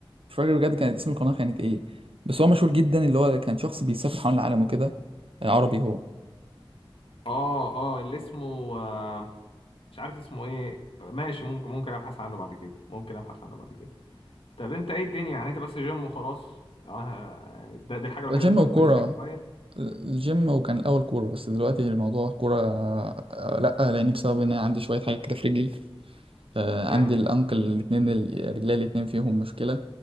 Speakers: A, on the right; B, on the left.
A: مش فاكر بجد كانت اسم القناة كانت إيه بس هو مشهور جدا اللي هو كان شخص بيسافر حول العالم وكده آه، عربي هو
B: اه اه اللي اسمه آه مش عارف اسمه ايه ماشي ممكن ممكن ابحث عنه بعد كده ممكن ابحث عنه بعد كده طب انت ايه الدنيا يعني انت بس جيم وخلاص آه، ده دي الحاجه الوحيده
A: جيم
B: اللي انت
A: وكورة
B: بتمارسها
A: آه،
B: كهوايه
A: الجيم وكان الأول كورة بس دلوقتي الموضوع كورة آه، لأ لأني بسبب إن أنا عندي شوية حاجة كده في رجلي آه،
B: جامد
A: عندي الانكل الاتنين ال- رجلي الاتنين فيهم مشكلة